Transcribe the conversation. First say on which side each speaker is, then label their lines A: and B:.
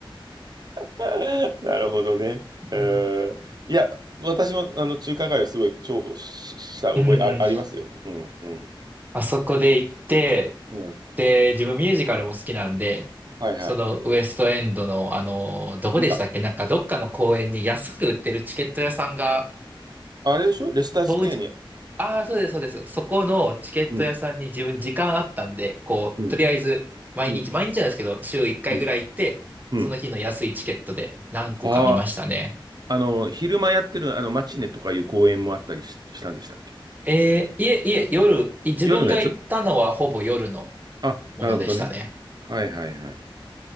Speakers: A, on the right; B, on the right.
A: <laughs> なるほどね。うーんいや、
B: うん、
A: 私もあの中華街はすごい重宝し、した覚えあ、
B: うんうん
A: ありますよ。うん、うん。
B: あそこで行って、
A: うん。
B: で、自分ミュージカルも好きなんで、
A: はいはい。
B: そのウエストエンドの、あの、どこでしたっけなんかどっかの公園に安く売ってるチケット屋さんが、
A: 見た。あれでしょレスタースクエアに。
B: 当時、ああ、そうです、そうです。そこのチケット屋さんに自分時間あったんで、
A: うん、
B: こう、
A: うん、
B: とりあえず、毎日、
A: うん、
B: 毎日なんですけど、週1回ぐらい行って、
A: うん、うん。
B: その日の安いチケットで何個か見ましたね。
A: ああ、あの、昼間やってるあのマチネとかいう公演もあったりし、したんでしたっけ
B: えー、いえ、いえ、夜、い自分が行ったのはほぼ夜の
A: 夜のやつあ、
B: ものでしたね。
A: なるほどね。はいはいはい。